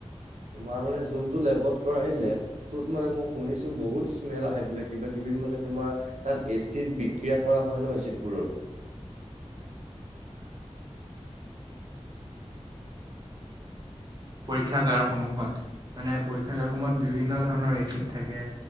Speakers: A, on the right; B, on the right.
A: তোমাৰ মানে যোনতটো লেবত কৰা, সেই লেবটোত মানে মই শুনিছো বহুত স্মেল আহে বোলে কিবা কিবি। মানে তোমাৰ তাত এচিড বিক্ৰিয়া কৰা হয় ন এচিডবোৰৰ।
B: <inaudible> পৰীক্ষাগাৰ সমূহত, মানে পৰীক্ষাগাৰ সমূহত বিভিন্ন ধৰণৰ এচিড থাকে।